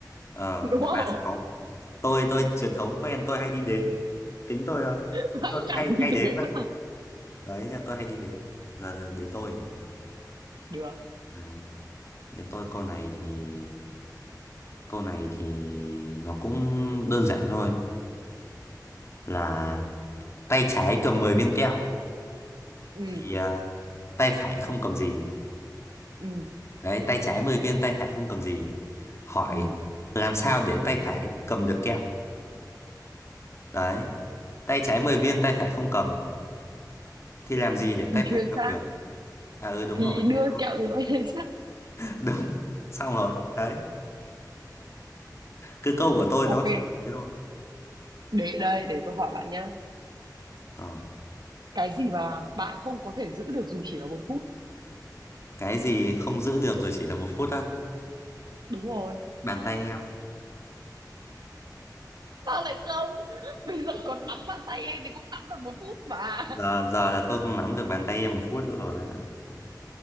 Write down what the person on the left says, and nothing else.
ờ,
là
ba sáu tôi tôi truyền thống của em tôi hay đi đếm tính tôi ờ,
tính
tôi
hay hay đếm
á.
đấy nên tôi hay đi đếm là đến tôi này
Này, đến tôi câu này thì Câu này thì nó cũng đơn giản thôi là tay trái cầm 10 viên kẹo
thì à, tay phải không cầm gì.
Đấy, tay trái 10 viên tay phải không cầm gì. Hỏi
làm sao để tay phải cầm được kẹo? Đấy. Tay trái 10 viên tay phải không cầm thì làm gì để tay
phải
cầm
được? À ừ đúng
rồi.
<laughs>
Đúng. Xong rồi. Đấy. Cứ câu của tôi
nó chỉ có thế thôi.
Rồi,
cái gì không giữ được rồi chỉ là một phút á?
Bàn tay em.
Giờ giờ là tôi không nắm được bàn tay em một phút nữa rồi bạn ạ.